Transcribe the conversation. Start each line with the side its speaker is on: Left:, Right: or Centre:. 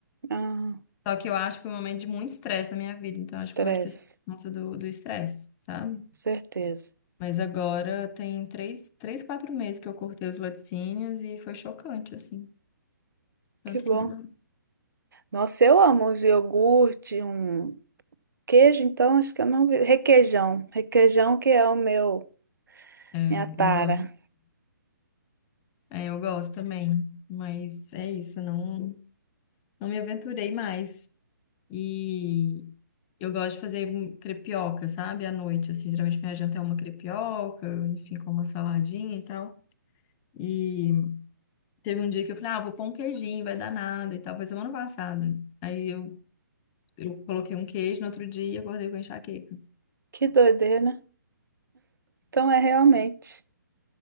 Right: Ah,
Left: Só que eu acho que foi um momento de muito estresse na minha vida, então
Right: estresse.
Left: acho que pode ter sido por conta do do estresse, sabe?
Right: Com certeza.
Left: Mas agora tem três, três, quatro meses que eu cortei os laticínios e foi chocante, assim. Tanto
Right: Que bom.
Left: que mudou.
Right: Nossa, eu amo um iogurte, um queijo, então acho que eu não vi. Requeijão. Requeijão que é o meu,
Left: É,
Right: minha tara.
Left: eu gosto. É, eu gosto também. Mas é isso, não, não me aventurei mais. E eu gosto de fazer um crepioca, sabe? À noite, assim, geralmente minha janta é uma crepioca, enfim, com uma saladinha e tal. e Teve um dia que eu falei, ah, vou pôr um queijinho, vai dar nada e tal. Foi semana passada. Aí eu, eu coloquei um queijo no outro dia e acordei com enxaqueca.
Right: Que doideira, né? Então é realmente.